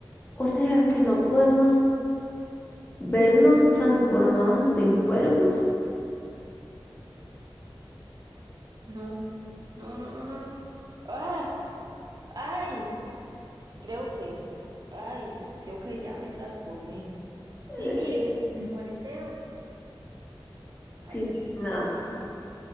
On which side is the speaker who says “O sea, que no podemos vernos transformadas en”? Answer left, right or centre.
Left